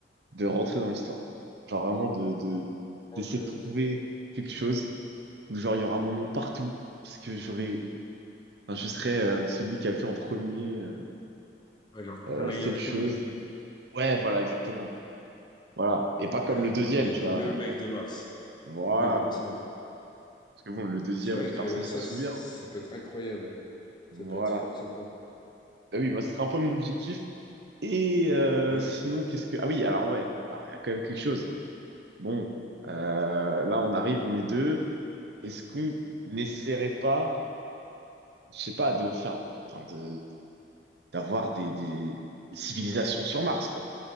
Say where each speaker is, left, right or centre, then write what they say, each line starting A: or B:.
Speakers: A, on the right (about 65°); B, on the left (about 25°).
A: de rentrer dans l'histoire. Genre vraiment de, de,
B: rentrer
A: d'essayer de trouver
B: là, ça.
A: quelque chose où genre il y aura mon nom partout. Parce que j'aurais, enfin, je serais euh, celui qui a fait en premier euh,
B: Ouais, genre,
A: euh,
B: un Neil
A: cette
B: Armstrong,
A: chose.
B: genre.
A: Ouais, voilà, exactement. Voilà. Et pas comme
B: Ouais, genre,
A: le deuxième,
B: t'es,
A: tu
B: t'es
A: vois.
B: le mec de Mars.
A: Voilà.
B: Oui, bah, forcément.
A: Parce que bon, le deuxième,
B: C'est vrai
A: on- personne
B: que
A: s'en
B: ça,
A: souvient.
B: c'est- ça peut être incroyable.
A: Voilà.
B: Ça peut être fort sympa.
A: Bah oui, moi, ce serait un peu mon objectif. Et euh,
B: Ouais.
A: sinon, qu'est-ce que... Ah oui, alors ouais, alors il y a quand même quelque chose. Bon, euh, là, on arrive, on est deux. Est-ce qu'on n'essaierait pas, je sais pas, de faire, enfin, de, d'avoir des, des, des civilisations sur Mars, quoi.